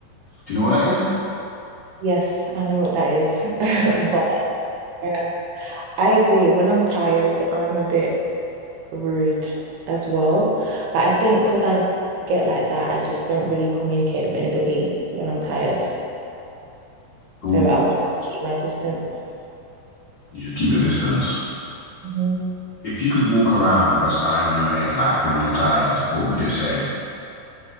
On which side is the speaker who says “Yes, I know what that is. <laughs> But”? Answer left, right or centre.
Right